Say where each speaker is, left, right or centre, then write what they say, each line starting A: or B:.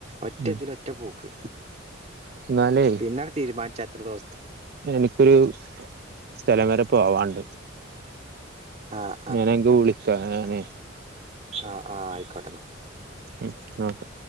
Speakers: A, on the right; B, on the right.
A: ഒറ്റതില്
B: ഉം
A: ഒറ്റ പൂ ക്ക്
B: എന്നാലേ
A: പിന്നണ്ട് തീരുമാനിച്ച ഇത്ര ദിവ
B: എനിക്കൊരു സ്ഥലം വരെ പോവാണ്ട്
A: ആഹ്
B: ഞാനങ്ക വിളിക്ക ഞാനേ
A: അ അ ആയിക്കോട്ടന്ന
B: ഉ നക്കെ